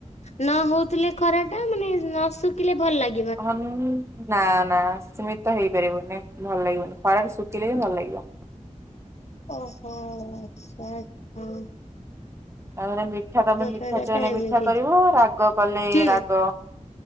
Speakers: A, on the left (about 60°); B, on the right (about 20°).
A: ନ ହଉଥିଲେ ଖରା ଟା ମାନେ ନ ଶୁଖିଲେ ଭଲ ଲାଗେ।
B: ହଁ ମୁଁ। ନାଁ ନାଁ ସିମିତ ହେଇପାରିବନି ଭଲ ଲାଗିବନି ଖରାରେ ଶୁଖିଲେ ହିଁ ଭଲ ଲାଗିବ।
A: ଓହୋ ଆଚ୍ଛା ହୁଁ।
B: ତାପରେ ମିଠା ତମେ ମିଠା
A: ସଡା
B: ଚାହିଁଲେ
A: ଟା ଏମିତି
B: ମିଠା କରିବ ରାଗ କଲେ
A: ହୁଁ
B: ରାଗ